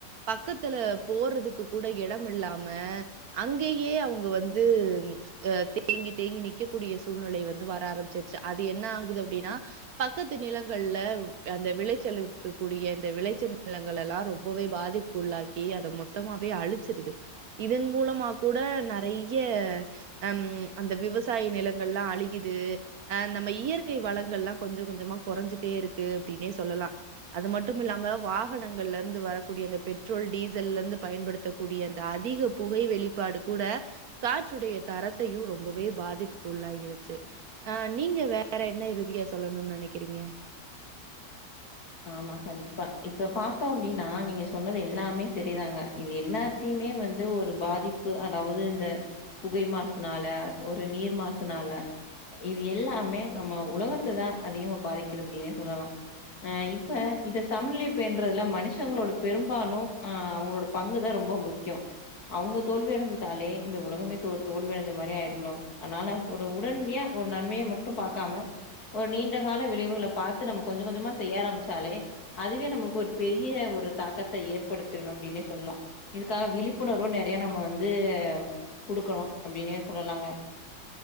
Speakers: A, on the right (about 65°); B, on the left (about 60°).
A: பக்கத்துல போறதுக்கு கூட இடம் இல்லாம அங்கேயே அவங்க வந்து இது அ தேங்கி தேங்கி நிக்கக்கூடிய சூழ்நிலை வந்து வர ஆரமிச்சிருச்சு அது என்ன ஆகுது அப்டின்னா பக்கத்து நிலங்கள்ல அந்த விளைச்சல் இருக்கக் கூடிய இந்த விளைச்சல் நிலங்கள் எல்லா ரொம்பவே பாதிப் உள்ளாக்கி அத மொத்தமாவே அழிச்சிருது இதன் மூலமா கூட நெறைய ஹம் அந்த விவசாய நிலங்கல்லா அழியிது அ நம்ம இயற்கை வளங்கல்லா கொஞ்ச கொஞ்சமா குறைஞ்சிட்டே இருக்கு அப்டின்னே சொல்லலா அது மட்டும் இல்லாம வாகனங்கள்ல இருந்து வரக்கூடிய அந்த பெட்ரோல் டீசல்ல இருந்து பயன்படுத் த்தக்க கூடிய அந்த அதிக புகை வெளிப்பாடு கூட காற்றுடைய தரத்தையு ரொம்பவே பாதிப்புக்கு உள்ளாகிருச்சு ஆ நீங்க வேற என்ன இறுதியா சொல்லணுனு நினைக்கிறீங்க
B: ஆமா கண்டிப்பா இப்ப பாத்தோ அப்டின்னா நீங்க சொன்னது எல்லாமே சரிதாங்க இது எல்லா த்தியுமே வந்து ஒரு பாதிப்பு அதாவது இந்த புகை மாசுனால ஒரு நீர் மாசுனால இது எல்லாமே நம்ம உலகத்த தா அதிகமா பாதிக்கிறது அப்டின்னே சொல்லலாம் ஆ இப்ப இத சமநிலைப்பேன்றதுல மனுஷங்களோட பெரும்பாலு ஆ அவங்களோட பங்குதா ரொம்ப முக்கிய அவங்க தோல்வி அடைஞ்ட்டாலே இந்த உலகமே ஒரு தோல்வி அடைஞ்ச மாதிரி ஆயிரலு ப்ரோ அதனால ஒரு உடனடியா ஒரு நன்மையை மட்டு பாக்காம ஒரு நீண்ட கால விளைவுகளை பாத்து நம்ம கொஞ்ச கொஞ்சமா செய்ய ஆரம்பிச்சாலே அதுவே நம்மளுக்கு ஒரு பெரிய ஒரு தாக்கத்த ஏற்படுத்தணு அப்டின்னே சொல்லு இதுக்காக விழிப்புணர்வும் நெறைய நம்ம வந்து குடுக்கணு அப்படின்னே சொல்லலாங்க